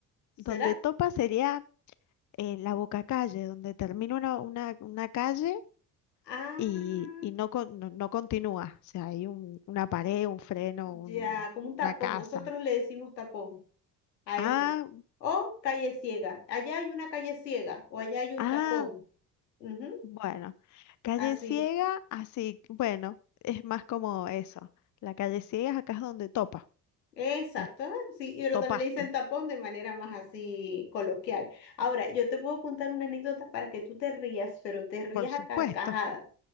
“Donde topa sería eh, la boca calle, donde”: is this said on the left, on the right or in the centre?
Left